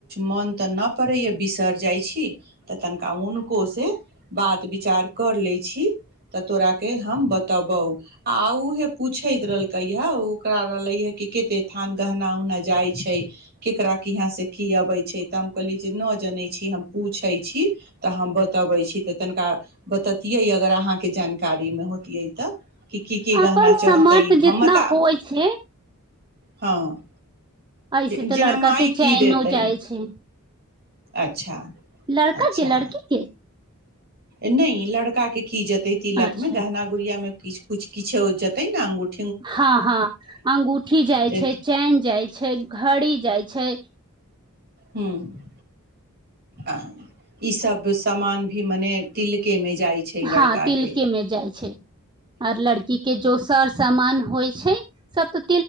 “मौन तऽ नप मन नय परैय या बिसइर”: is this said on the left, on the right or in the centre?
Right